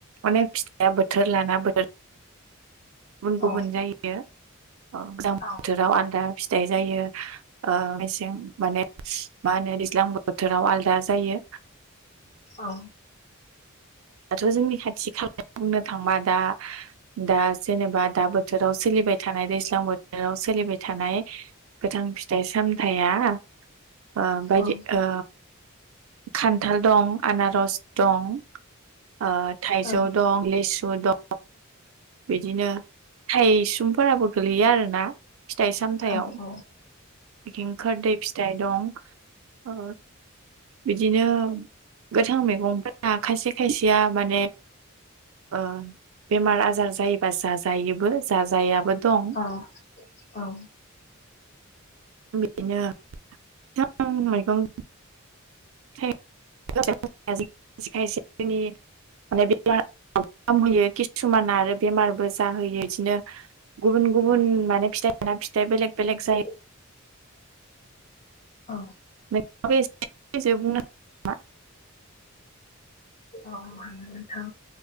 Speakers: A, on the right (about 70°); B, on the left (about 30°).
A: अनेक फिथाइया बोथोर लाना बोथोर गुबुन गुबुन
B: औ
A: जायो ओ गोजां बोथोराव
B: औ
A: आलदा फिथाइ जायो ओ मेसें माने मा होनो दैज्लां बोथोराव आलदा जायो।
B: औ।
A: दाथ' जोंनि खाथि खाला बुंनो थांबा दा दा जेनेबा दा बोथोराव सोलिबाय थानाय दैज्लां बोथोराव सोलिबाय थानाय गोथां फिथाइ सा सामथाया ओ बायदि
B: औ
A: ओ खान्थाल दं, आनारस दं। ओ थाइजौ
B: औ
A: दं, लिसु दं बिदिनो थाइसुमफोराबो गो गोग्लैयो आरोना फिथाइ सामथायाव
B: औ
A: इथिं खोरदै फिथाइ दं। औ। बिदिनो गोथां मैगंफोरा खायसे खायसेया माने ओ बेमार आजार जायोबा जाजायोबो जाजायाबो। दं
B: अ औ।
A: बेनो <unintelligible> <unintelligible> <unintelligible> किसुमाना आरो बेमारबो जाहोयो बिदिनो गुबुन गुबुन माने फिथाइ लाना फिथाइ बेलेग बेलेग जायो।
B: <inaudible> औ।
A: <unintelligible>
B: औ हागोन नोंथां।